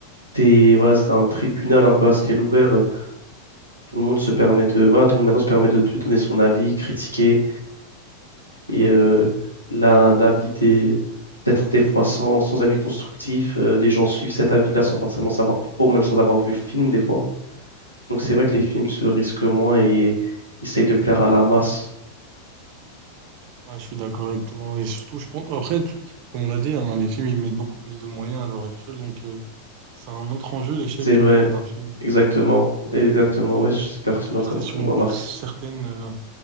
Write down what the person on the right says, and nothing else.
Ah, je suis d'accord avec toi. Et surtout, je pense, après, comme on l'a dit, hein, les films, ils mettent beaucoup plus de moyens à l'heure actuelle, donc, euh, C'est un autre enjeu, l'échec
euh, d'un film.
Donc,
plutôt rester
sur
une
base certaine, euh,